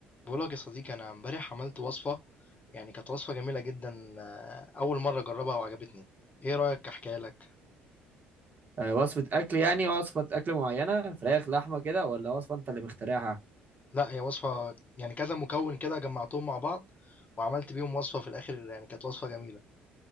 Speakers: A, on the left (about 35°); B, on the right (about 40°).
A: بقولك يا صديقي انا امبارح عملت وصفه يعني كانت وصفه جميله جدا آه، اول مره اجربها وعجبتني ايه رايك احكيها لك
B: آه، وصفة أكل يعني وصفة أكل معينة فراخ لحمة كده ولا وصفة أنت اللي مخترعها
A: لا هي وصفه يعني كذا مكون كده جمعتهم مع بعض وعملت بيهم وصفه في الاخر يعني كانت وصفه جميله